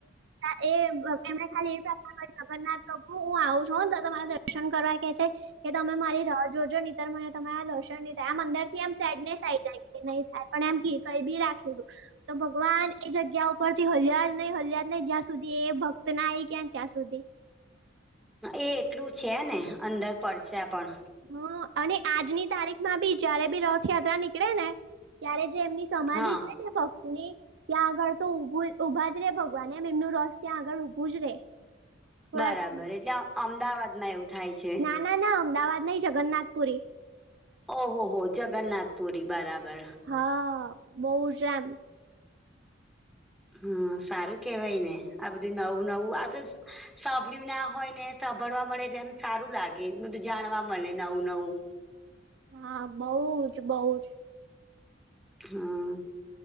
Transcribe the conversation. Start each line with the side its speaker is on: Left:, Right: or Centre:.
Right: ના એ એમને ખાલી એવી પ્રાર્થના કર જગન્નાથ પ્રભુ હું આવું છું હો તમારા દર્શન કરવા કહેછે કે તમે મારી રાહ જોજો નીતર મને તમારા દર્શન ની થાહે આમ અંદર થી એમ સેડનેસ આઈ જાય કે નહી થાય પણ એમ કઈ બી રાખ્યું તું તો ભગવાન એ જગ્યા ઉપરથી હલ્યા જ નહી હલ્યા નહી જ્યાં સુધી એ ભક્ત ના આવી ગયા ને ત્યાં સુધી
Centre: એ એટલું છે ને અંદર પરચા પણ
Right: હ અને આજની તારીખમાં બી જયારે બી રથયાત્રા નીકળે ને. ત્યારે જે એમની સમાધિ
Centre: હા
Right: છે ભક્ત ની ત્યાં આગળ તો ઊભું ઉભા જ રે ભગવાન એમ એમનું રથ ત્યાં આગળ ઊભું જ રે થોડા
Centre: બરાબર
Right: ટાઈમ
Centre: એટલે અમદાવાદમાં એવું થાય છે
Right: ના ના ના અમદાવાદ નઈ જગન્નાથપુરી
Centre: ઓહો હો જગન્નાથપુરી બરાબર
Right: હા બઉ જ એમ
Centre: હમ્મ સારું કેવાય ને આ બધું નવું નવું આ તો સાંભળ્યું ના હોય ને સાંભળવા મળે એટલે એમ સારું લાગે બધું જાણવા મળે નવું નવું
Right: હા બઉ જ બઉ જ
Centre: હમ્મ